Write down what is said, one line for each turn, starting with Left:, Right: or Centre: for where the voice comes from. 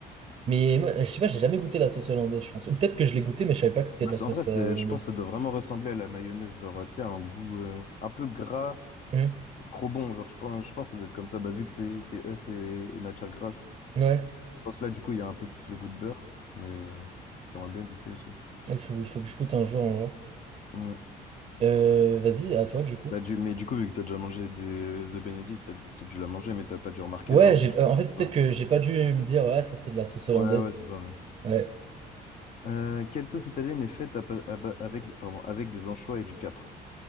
Right: Mais moi, je sais pas, j'ai jamais goûté la sauce hollandaise, je pense. Ou peut-être que je l'ai goûté, mais je savais pas que c'était
Left: Bah,
Right: de la
Left: c'est-
Right: sauce
Left: en vrai, c'est,
Right: euh, hollandaise.
Left: je pense que ça doit vraiment ressembler à la mayonnaise, genre, tu sais, un goût euh, un peu gras,
Right: Hmm.
Left: trop bon, genre, je pense, je pense que ça doit être comme ça, bah, vu que c'est c'est œuf et, et matière grasse. Je
Right: Ouais,
Left: pense que là, du coup, il y a un peu plus le goût de beurre, mais euh, j'aimerais bien goûter aussi.
Right: il faut, il faut que je goûte un jour en vrai.
Left: Ouais.
Right: Euh, vas-y, à toi du coup.
Left: Bah, du, mais du coup, vu que t'as déjà mangé des euh, The Benedict, t'as t'as dû la manger, mais t'as pas dû remarquer,
Right: Ouais,
Left: genre,
Right: j'ai,
Left: tu trouves
Right: euh, en fait, peut-être
Left: pas.
Right: que j'ai pas dû me dire, ouais, ça c'est de la sauce hollandaise.
Left: Ouais, ouais, c'est ça. ouais.
Right: Ouais,
Left: Euh, quelle sauce italienne est faite à pa- à ba- avec, pardon, avec des anchois et du capre?